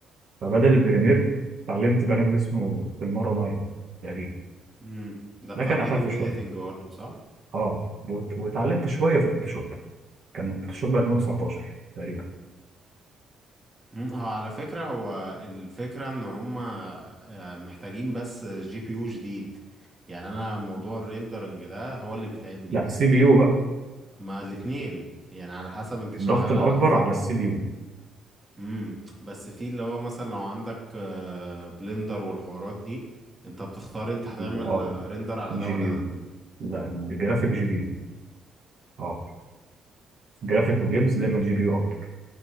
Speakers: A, on the right; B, on the right.
A: فبدل البريمير اتعلمت برنامج اسمه فيلمارا 9 تقريبا
B: مم. ده بتاع
A: ده كان
B: فيديو
A: اخف شويه
B: إيديتنج برضه صح؟
A: اه وت- واتعلمت شويه في الفوتوشوب كان الفوتوشوب 2019 تقريبا
B: مم. هو على فكرة هو الفكرة إن هما آه، محتاجين بس جي بي يو جديد يعني أنا موضوع الريندرنج ده هو اللي بيتعبني
A: لا السي بي يو بقى
B: ما الاتنين يعني على حسب أنت
A: الضغط
B: شغال
A: الاكبر
B: على أفتر
A: على السي بي يو
B: امم بس في اللي هو مثلا لو عندك آه، بلندر والحوارات دي انت بتختار انت هتعمل
A: اه
B: آه، ريندر على
A: الجي
B: ده ولا
A: بي يو
B: ده
A: لا الجرافيك جي بي يو اه جرافيك وجيمز دايما جي بي يو اكتر